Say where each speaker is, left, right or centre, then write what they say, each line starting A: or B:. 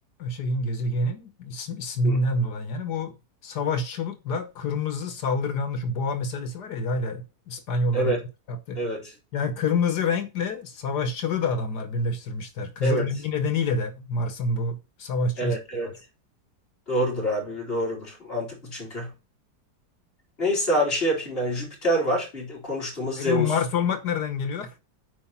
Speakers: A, on the left; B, on the left.
A: e, şeyin gezegenin isim, isminden
B: Hı.
A: dolayı yani bu savaşçılıkla kırmızı saldırganlık şu boğa meselesi var ya hala İspanyolların
B: Evet,
A: yaptığı.
B: evet,
A: Yani kırmızı renkle savaşçılığı da adamlar birleştirmişler. Kızıl
B: evet,
A: rengi nedeniyle de Mars'ın bu savaşçı
B: evet,
A: özelliği
B: evet.
A: var.
B: Doğrudur abi, doğrudur. Mantıklı çünkü. Neyse abi şey yapayım ben. Jüpiter var. Bir de konuştuğumuz
A: Peki
B: Zeus,
A: bu Mars olmak nereden geliyor?